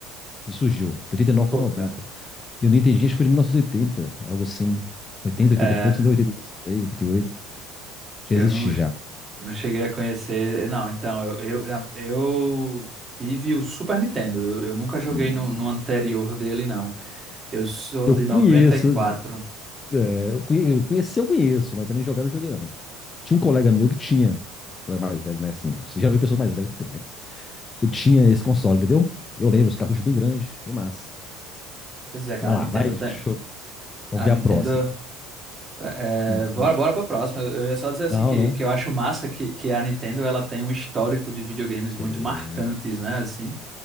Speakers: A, on the left (about 25°); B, on the right (about 25°).
A: que ele surgiu. De oitenta e nove
B: Pô,
A: para
B: cara.
A: 90. E o Nintendinho acho que foi de 1980 algo assim. Oitenta
B: É,
A: 80 e pouco, entendeu? oitenta e seis, oitenta e oito Já
B: eu
A: existe
B: não,
A: já.
B: não cheguei a conhecer. Não, então, eu, eu, eu tive o Super Nintendo. Eu, eu nunca joguei
A: Hum.
B: no, no anterior dele, não. Eu sou
A: Eu
B: de
A: conheço,
B: noventa e quatro.
A: É, eu conhe- conhecer eu conheço, mas também jogar eu não joguei não. Tinha um colega meu que tinha, um colega mais velho, né? Assim, geralmente pessoas mais velhas que tem, né? Que tinha esse console, entendeu? Eu lembro, os cartuchos bem grandes, bem massa.
B: Pois é, cara,
A: Vai
B: a
A: lá,
B: Nintendo
A: vai, deixa
B: tem.
A: eu- vamos
B: A
A: ver
B: Nintendo.
A: a próxima.
B: É,
A: Hum,
B: é, bora,
A: pode.
B: bora pra próxima. Eu eu ia só dizer assim
A: Não,
B: que,
A: não.
B: que eu acho massa que, que a Nintendo ela tem um histórico de videogames muito
A: Tem.
B: marcantes, né? Assim.